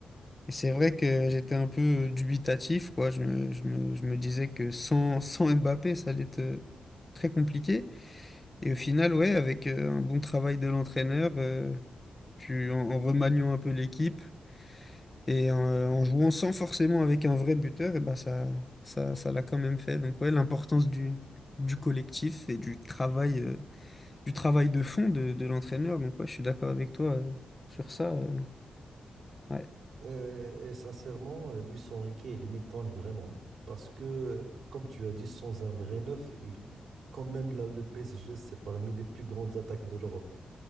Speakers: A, on the left; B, on the right.
A: Et c'est vrai que j'étais un peu dubitatif, quoi. Je me, je me- je me disais que sans, <laughs> sans Mbappé, ça allait être euh, très compliqué. Et au final, ouais, avec euh, un bon travail de l'entraîneur, euh, tu, en, en remaniant un peu l'équipe et en, euh, en jouant sans forcément avec un vrai buteur, et ben ça, ça, ça l'a quand même fait. Donc ouais, l'importance du, du collectif et du travail, euh, du travail de fond de, de l'entraîneur. Donc ouais, je suis d'accord avec toi, euh, sur ça. euh, ouais.
B: Euh, et sincèrement, euh, Luis Enrique, il m'étonne vraiment. Parce que, euh, comme tu as dit, sans un vrai neuf, il- quand même la- le PSG, c'est parmi les plus grandes attaques de l'Europe.